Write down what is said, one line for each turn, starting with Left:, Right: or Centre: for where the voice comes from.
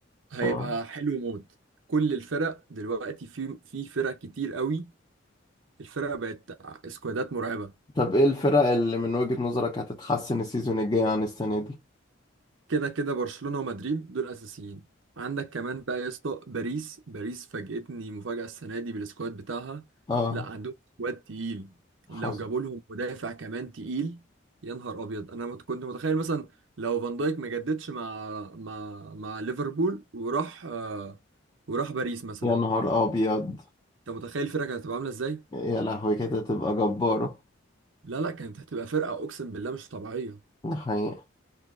Right: هيبقى
Left: اه
Right: حلو موت كل الفرق دلوقتي في في فرق كتير قوي الفرق بقت سكوادات مرعبه
Left: طب ايه الفرق اللي من وجهة نظرك هتتحسن السيزون الجاي عن السنه دي
Right: كده كده برشلونة ومدريد دول اساسيين عندك كمان بقى يا اسطى باريس باريس فاجئتني مفاجأة السنة دي بالسكواد بتاعها
Left: اه
Right: لا عندهم سكواد تقيل
Left: حصل
Right: لو جابوا لهم مدافع كمان تقيل يا نهار ابيض انا مت- كنت متخيل مثلا لو فان دايك ما جددش مع مع مع ليفربول وراح آه وراح باريس مثلا
Left: يا نهار ابيض
Right: انت متخيل الفرقة كانت هتبقى عاملة ازاي
Left: يا لهوي كده تبقى جبارة
Right: لا لا كانت هتبقى فرقة اقسم بالله مش طبيعية
Left: ده حقيقة